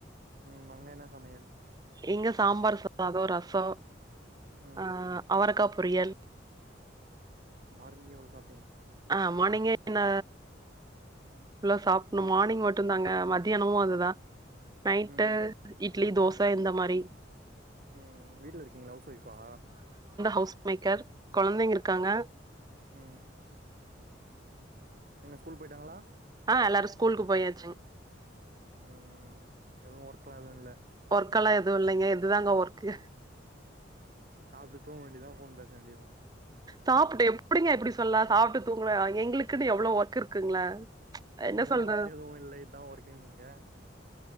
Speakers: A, on the right; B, on the right.
A: உம் அங்க என்ன சமையல்
B: இங்க சாம்பார் சாதம் ரசம்
A: ம்
B: அஹ்
A: ம்
B: அவரக்கா பொரியல்
A: மார்னிங்கே எவ்ளோ சாப்
B: ஆஹ் மார்னிங்கே என்ன புல்லா சாப்பிடணு மார்னிங் மட்டும் தாங்க மத் தியியானமும் அதுதான் நைட்டு
A: ம்
B: இட்லி தோசை இந்த மாதிரி
A: ம் வீட்ல இருக்கீங்களா ஹவுஸ் வைஃப்பா
B: ஹவுஸ் மேக்கர் குழந்தைங்க இருக்காங்க
A: ம் எங்க ஸ்கூல் போயிட்டாங்களா
B: ஆஹ் எல்லாரும் ஸ்கூலுக்கு போயாச்சுங்
A: உம் எதுவும் ஒர்க்கலா எதுவும் இல்ல
B: வொர்க்கெல்லா எதுவு இல்லைங்க இதுதாங்க ஒர்க்கு
A: சாப்ட்டு தூங்க வேண்டிதா ஃபோன் பேச வேண்டிதா
B: சாப்பிட்டு எப்டிங்க இப்டி சொல்லாம் சாப்ட்டு தூங்கல எங்களுக்குன்னு எவ்ளோ ஒர்கு இருக்குங்ள
A: நீங்க
B: என்ன
A: தா
B: சொல்ற
A: ஒர்க் எதுவு இல்ல இதா ஒர்க்குன்னீங்க